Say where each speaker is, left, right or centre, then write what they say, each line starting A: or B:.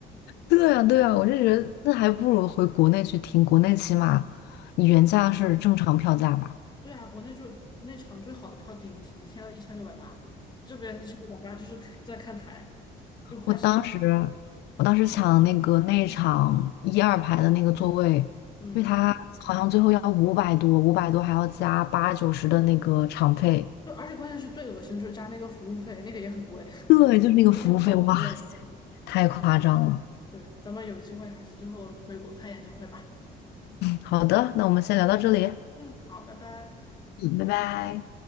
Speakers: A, on the left; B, on the left.
A: 对呀，对呀，我就觉得那还不如回国内去听，国内起码你原价是正常票价吧。
B: <laughs> 对啊，国内就那场最好的票顶顶天了一千六百八，这边一千六百八就是在看台，就快山顶
A: 我当时，我当时抢那个内场一二排的那个座位，
B: 嗯，
A: 因为他好像最后要五百多，五百多还要加八九十的那个场费，
B: 就而且关键是最恶心的就是加那个服务费，那个也很贵，
A: 对，
B: <laughs>
A: 就是那个服务费，
B: 就真的好贵。
A: 哇塞，太夸张了。
B: 是的，是的，对，咱们有机会还是之后回国看演唱会吧。
A: 好的，那我们先聊到这里，
B: 嗯，好，拜拜。
A: 嗯，拜拜。